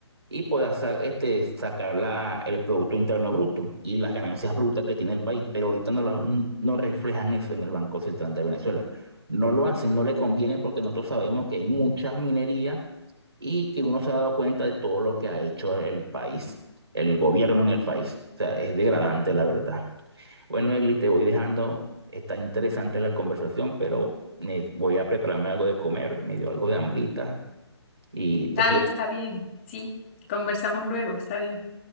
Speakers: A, on the right; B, on the left.
A: y pueda sa- este, sacar la- el Producto Interno Bruto y las ganancias brutas que tiene el país, pero ahorita no, la- no reflejan eso en el Banco Central de Venezuela. No lo hacen, no le conviene porque nosotros sabemos que hay mucha minería y que uno se ha dado cuenta de todo lo que ha hecho el país, el gobierno en el país. O sea, es degradante la verdad. Bueno, Egli, te voy dejando. Está interesante la conversación, pero me- voy a prepararme algo de comer. Me dio algo de hambrita y
B: Dale,
A: te escribo.
B: está bien. Sí, conversamos luego, está bien.